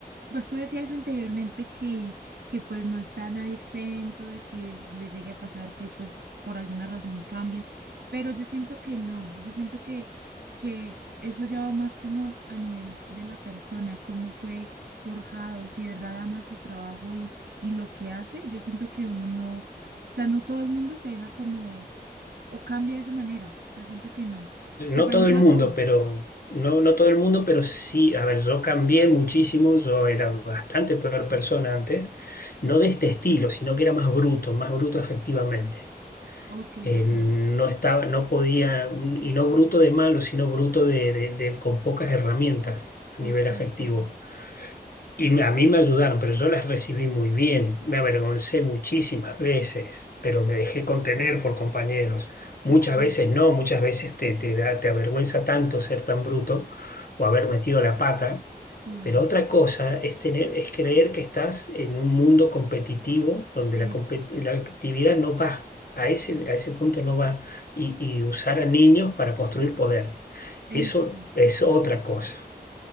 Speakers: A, on the right; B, on the left.
A: pues tú decías anteriormente que, que pues no está nadie exento de que le llegue a pasar que pues por alguna razón cambien, pero yo siento que no, yo siento que, que eso ya va más como a nivel de la persona, cómo fue forjado, si de verdad ama su trabajo y, y lo que hace, yo siento que uno no, o sea, no todo el mundo se deja como o cambia de esa manera. O sea, siento que no.
B: No
A: O sea, por
B: todo
A: ejemplo,
B: el mundo,
A: tú.
B: pero no, no todo el mundo, pero sí, a ver, yo cambié muchísimo, yo era bastante peor persona antes, no de este estilo, sino que era más bruto, más bruto afectivamente.
A: Ok,
B: Eh,
A: ok,
B: no estaba, no podía, y no bruto de malo, sino bruto de, de- de- con pocas herramientas a
A: ok,
B: nivel afectivo.
A: sí, sí,
B: Y me- a mí me ayudaron, pero yo las recibí muy bien. Me avergoncé muchísimas veces, pero me dejé contener por compañeros. Muchas
A: ok,
B: veces no, muchas veces te, te da, te avergüenza tanto ser tan bruto o haber metido la pata.
A: sí,
B: Pero otra cosa es tener, es creer que estás en un mundo competitivo donde
A: eso,
B: la, compet- la actividad no va, a ese, a ese punto no va, y, y usar a niños para construir poder.
A: eso,
B: Eso es otra cosa.